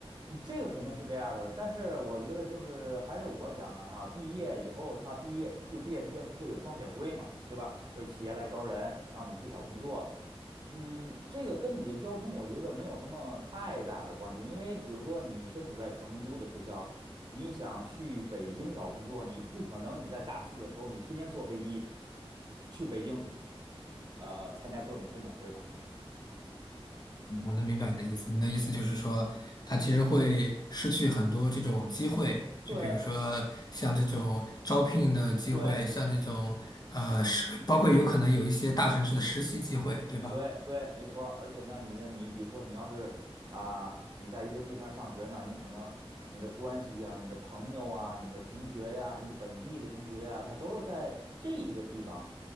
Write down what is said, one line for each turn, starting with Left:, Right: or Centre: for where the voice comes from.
Right: 嗯这个肯定是这样儿的，但是我觉得就是还是我讲的哈，毕业以后他毕业就毕业之前不会有双选会嘛，对吧？就是企业来招人，然后你去找工作，嗯，这个跟你的交通我觉得没有什么太大的关系，因为比如说你身处在成都的学校，你想去北京找工作，你不可能你在大四的时候你天天坐飞机去北京，呃，参加各种宣讲会吧。
Left: 我能明白你的意思，你的意思就是说，他其实会失去很多这种机会，就比如说像这种招聘的机会，
Right: 对对，
Left: 像这种呃实，包括有可能有一些大城市的实习机会，对吧？
Right: 对对，没错儿。而且呢，你的你比如说，你要是啊、你在一个地方上学呢，你可能你的关系呀、你的朋友啊、你的同学呀、你的本地的同学呀、他都是在这一个地方